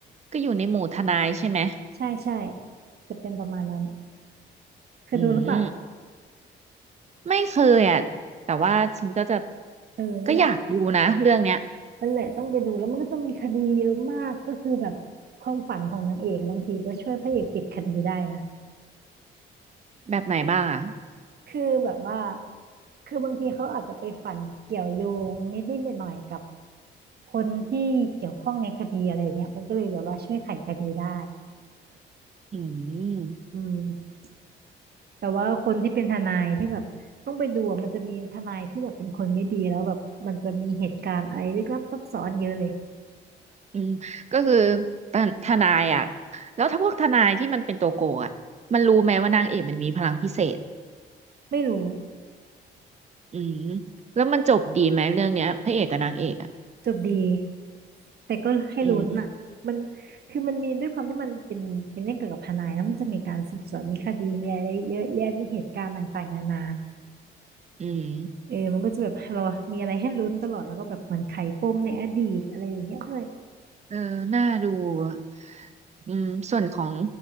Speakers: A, on the right (about 35°); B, on the right (about 55°).
A: ก็อยู่ในหมู่ทนายใช่ไหม
B: ใช่ใช่จะเป็นประมาณนั้นเคยดูหรือเปล่า
A: อืมไม่เคยอ่ะแต่ว่าฉันก็จะ
B: เออนั่นแหละ
A: ก็อยากดูนะเรื่องเนี้ย
B: นั่นแหละต้องไปดูแล้วมันก็จะมีคดีเยอะมากก็คือแบบความฝันของนางเอกบางทีก็ช่วยพระเอกปิดคดีได้นะ
A: แบบไหนบ้างอ่ะ
B: คือแบบว่าคือบางทีเขาอาจจะไปฝันเกี่ยวโยงนิดๆหน่อยๆกับคนที่เกี่ยวข้องในคดีอะไรอย่างเงี้ยมันก็เลยแบบว่าช่วยไขคดีได้
A: อืม
B: อืมแต่ว่าคนที่เป็นทนายที่แบบต้องไปดูอะมันจะมีทนายที่แบบเป็นคนไม่ดีแล้วแบบมันจะมีเหตุการณ์อะไรลึกลับซับซ้อนเยอะเลย
A: อืมก็คือทนทนายอ่ะแล้วถ้าพวกทนายที่มันเป็นตัวโกงอ่ะมันรู้ไหมว่านางเอกมันมีพลังพิเศษ
B: ไม่รู้
A: อืมแล้วมันจบดีไหมเรื่องเนี้ยพระเอกกับนางเอกอ่ะ
B: จบดี แต่ก็ให้ลุ้นอ่ะมัน
A: อืม
B: คือมันมีด้วยความที่มันเป็นเป็นเรื่องเกี่ยวกับทนายแล้วมันจะมีการสืบสวนมีคดีมีอะไรเยอะแยะมีเหตุการณ์ต่างๆนานา
A: อืม
B: เออมันก็จะแบบเรามีอะไรให้ลุ้นตลอด แล้วก็แบบเหมันไขปมในอดีตอะไรอย่างเงี้ยด้วย
A: เออน่าดูอะอืมส่วนของ